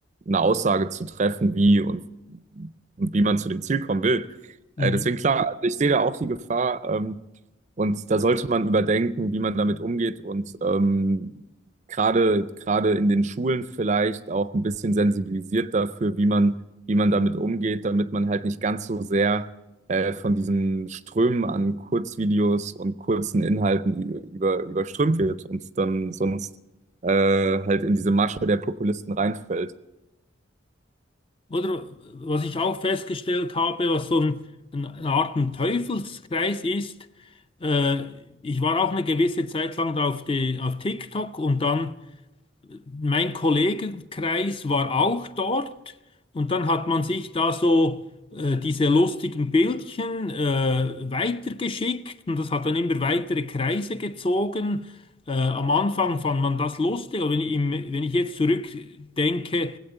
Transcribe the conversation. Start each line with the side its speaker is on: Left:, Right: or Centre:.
Right: eine Aussage zu treffen, wie und und wie man zu dem Ziel kommen will. Äh,
Left: Mhm.
Right: deswegen klar, also ich sehe da auch die Gefahr ähm, und da sollte man überdenken, wie man damit umgeht und ähm, gerade gerade in den Schulen vielleicht auch ein bisschen sensibilisiert dafür, wie man wie man damit umgeht, damit man halt nicht ganz so sehr äh, von diesen Strömen an Kurzvideos und kurzen Inhalten ü- über, überströmt wird und dann sonst äh, halt in diese Masche der Populisten reinfällt.
Left: Oder was ich auch festgestellt habe, was so ein, ein, eine Art ein Teufelskreis ist, äh, ich war auch eine gewisse Zeit lang da auf, die, auf TikTok und dann mein Kollegenkreis war auch dort und dann hat man sich da so äh, diese lustigen Bildchen äh, weitergeschickt und das hat dann immer weitere Kreise gezogen. Äh, am Anfang fand man das lustig, aber wenn ich, im, wenn ich jetzt zurückdenke,